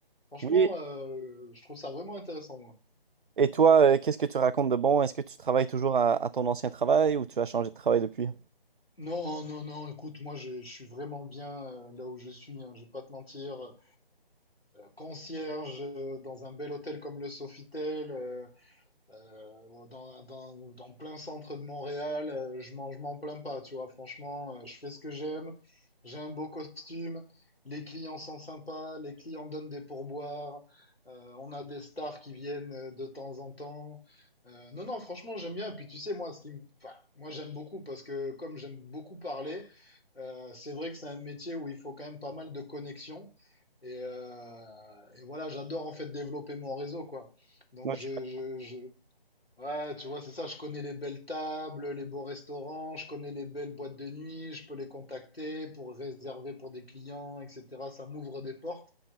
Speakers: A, on the left (about 80°); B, on the right (about 60°).
A: Franchement,
B: Oui.
A: euh, je trouve ça vraiment intéressant, moi.
B: Et toi, euh, qu'est-ce que tu racontes de bon? Est-ce que tu travailles toujours à, à ton ancien travail ou tu as changé de travail depuis?
A: Non, non, non, écoute, moi je, je suis vraiment bien euh, là où je suis, hein, je vais pas te mentir. concierge dans un bel hôtel comme le Sofitel, euh, euh, dans, dans, dans plein centre de Montréal, euh, je mange, je m'en plains pas, tu vois. Franchement, euh, je fais ce que j'aime, j'ai un beau costume, les clients sont sympas, les clients donnent des pourboires, euh, on a des stars qui viennent euh, de temps en temps. Euh, non, non, franchement, j'aime bien. Puis tu sais, moi, ce qui me... enfin, moi, j'aime beaucoup parce que comme j'aime beaucoup parler, euh, c'est vrai que c'est un métier où il faut quand même pas mal de connexions. Et, euh, et voilà, j'adore en fait développer mon réseau, quoi. Donc
B: Ouais,
A: je, je, je, Ouais, tu vois, c'est ça, je connais les belles tables, les beaux restaurants, je connais les belles boîtes de nuit, je peux les contacter pour réserver pour des clients, etc. Ça m'ouvre des portes.